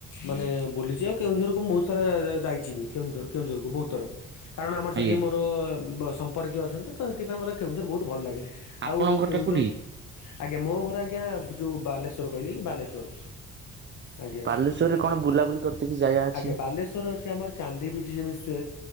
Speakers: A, on the left; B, on the right.
A: ମାନେ ବୁଲିଯିବାକୁ କେଉଁଝରକୁ ମୁଁ ବହୁତ ସାରା ଯାଇଛିିବି କେଉଁଝର କେଉଁଝରକୁ ବହୁତ ଥର। କାରଣ ଆମର
B: ଆଜ୍ଞା
A: ସେଠି ମୋର ସମ୍ପର୍କୀୟ ଅଛନ୍ତି ତ ତ ହେଥିପାଇଁ ମୋତେ କେନ୍ଦୁଝର ବହୁତ ଭଲ ଲାଗେ।
B: ଆପଣଙ୍କ
A: ଆଉ
B: ଘରଟା
A: କେଉଁଝ
B: କୋଉଠି?
A: ଆଜ୍ଞା ମୋ ଘର ଆଜ୍ଞା ଯୋଉ ବାଲେଶ୍ଵର କହିଲି କି ବାଲେଶ୍ଵର। ଆଜ୍ଞା
B: ବାଲେଶ୍ଵରରେ କଣ ବୁଲାବୁଲି କରିତେ କି ଜାଗା ଅଛି?
A: ଆଜ୍ଞା ବାଲେଶ୍ଵର ଅଛି ଆମର ଚାନ୍ଦି ବିିଚ୍ ଯେମିତି